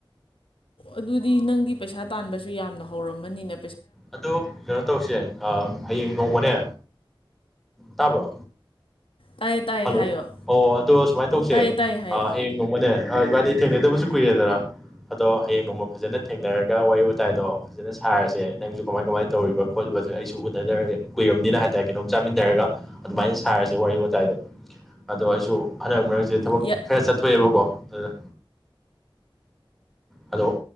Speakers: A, on the left; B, in the centre.
A: ꯑꯗꯨꯗꯤ ꯅꯪꯗꯤ ꯄꯩꯁꯥ ꯇꯥꯟꯕꯁꯨ ꯌꯥꯝꯅ ꯍꯧꯔꯝꯃꯅꯤꯅꯦ
B: ꯑꯗꯨ ꯀꯩꯅꯣ ꯇꯧꯁꯦ ꯍꯌꯦꯡ ꯅꯣꯡꯃꯅꯦ ꯇꯥꯕ꯭ꯔꯣ
A: ꯇꯥꯏꯌꯦ ꯇꯥꯏꯌꯦ
B: ꯍꯜꯂꯣ
A: ꯍꯥꯏꯌꯣ
B: ꯑꯣ ꯑꯗꯣ ꯁꯨꯃꯥꯏꯅ ꯇꯧꯁꯦ
A: ꯇꯥꯏꯌꯦ ꯇꯥꯏꯌꯦ ꯍꯥꯏꯌꯣ
B: ꯍꯌꯦꯡ ꯅꯣꯡꯃꯅꯦ ꯏꯕꯥꯅꯤ ꯊꯦꯡꯅꯗꯕꯁꯨ ꯀꯨꯏꯔꯦꯗꯅ ꯑꯗꯣ ꯍꯌꯦꯡ ꯅꯣꯡꯃ ꯐꯖꯅ ꯊꯦꯡꯅꯔꯒ ꯋꯥꯔꯤ ꯋꯥꯇꯥꯏꯗꯣ ꯐꯖꯅ ꯁꯥꯔꯁꯦ ꯅꯪꯁꯨ ꯀꯃꯥꯏ ꯀꯃꯥꯏꯅ ꯇꯧꯔꯤꯕ ꯈꯣꯠꯂꯤꯕꯗꯨ ꯑꯩꯁꯨ ꯎꯅꯔ ꯀꯨꯏꯔꯕꯅꯤꯅ ꯍꯥꯏꯇꯥꯔꯦ ꯀꯩꯅꯣꯝ ꯆꯥꯃꯤꯟꯅꯔꯒ ꯑꯗꯨꯃꯥꯏꯅ ꯁꯥꯔꯁꯦ ꯋꯥꯔꯤ ꯋꯥꯇꯥꯏꯗꯣ ꯑꯗꯣ ꯑꯩꯁꯨ ꯍꯟꯅꯛ ꯃꯔꯛ ꯁꯦ ꯊꯕꯛ
A: ꯌꯥ-
B: ꯈꯔ ꯆꯠꯊꯣꯛꯑꯦꯕꯀꯣ ꯊꯣꯏꯌ ꯍꯜꯂꯣ